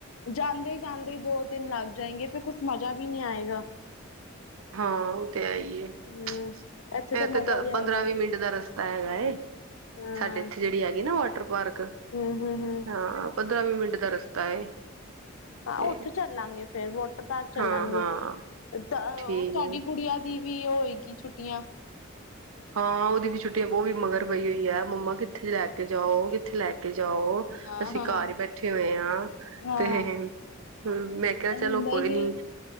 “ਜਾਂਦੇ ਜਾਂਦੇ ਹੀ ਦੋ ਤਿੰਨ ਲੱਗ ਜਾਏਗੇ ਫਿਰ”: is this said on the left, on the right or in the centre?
Left